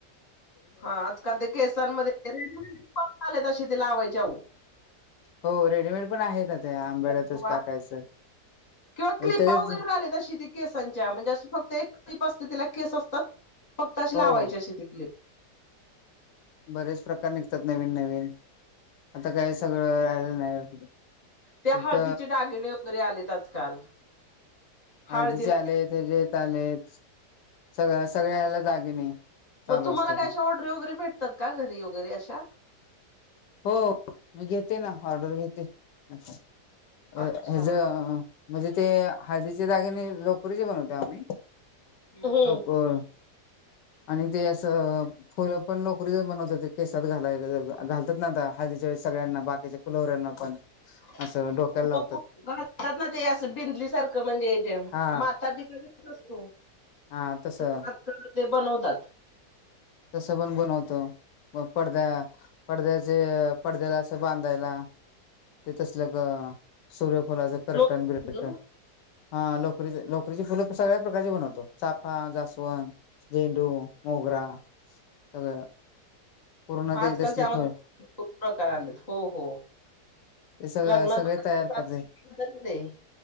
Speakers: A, on the left; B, on the left.
A: हा आजकाल ते केसांमध्ये <unintelligible> आलेत अशी ते लावायचे आओ.
B: हो रेडीमेड पण आहेत, त्या आंब्याड्यातच
A: किंवा
B: टाकायचं.
A: किंवा
B: म्हणजे
A: क्लिपा
B: त्याच्यात
A: वगैरे रा आलेत अशी ती केसांच्या म्हणजे अशी फक्त एक क्लिप असते, तिला केस असतात फक्त अशी लावायची,
B: हो
A: अशी ती क्लिप.
B: बरेच प्रकार निघतात, नवीन नवीन. आता काय सगळं राहिलं नाही?
A: त्या
B: फक्त
A: हळदीचे दागिणे वगैरे आलेत आजकाल.
B: हाळदीचे
A: हळदीला
B: आलेत, हे जे एक आलेत सगळ सगळ्या याला दागिने. चालू
A: मग तुम्हाला
B: असतात
A: काय? अशा ऑर्डरी वगैरे भेटतात का? घरी वगैरे अशा.
B: हो मी घेते ना. ऑर्डर घेते. अ
A: अच्छा
B: हेज अ. म्हणजे ते हळदीचे दागिने लोकरीचे बनवतोय आम्ही.
A: हो
B: लोकर आणि ते असं! पण लोकरी च बनवतोय ते केसात घालाय घाल त्यात ना हळदीच्या वेळी सगळ्यांना, बाकीच्या कुलवरऱ्यांना पण
A: हो
B: असं डोक्याला लावतात
A: हो. घलतात ना ते असं बिंदली सारखं म्हणजे
B: हा
A: माता ठिका असतो
B: हा तसं
A: तस ते बनवतात.
B: तसं पन बनवतो. मग पडदा, पडद्याचे, पडद्याला असं बांधायला. ते तसलं ग सूर्यफलाचं करटण
A: लोक
B: बिरटण हा लोकरीच लोकरीची फुलं सगळ्या प्रकारची बनवतो चाफा जास्वंद झेंडू, मोगरा सगळं पूर्ण
A: आजकाल
B: ते तसली
A: त्यामध्ये
B: फळ
A: खुप प्रकार आल्यात हो हो.
B: ते सगळ
A: लग्नाद्वारे
B: सगळे तयार करते